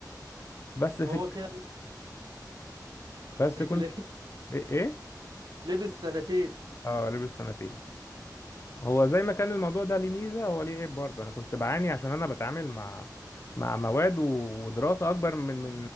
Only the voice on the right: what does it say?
هو
كده
<laughs>
لبس
لبس سنتين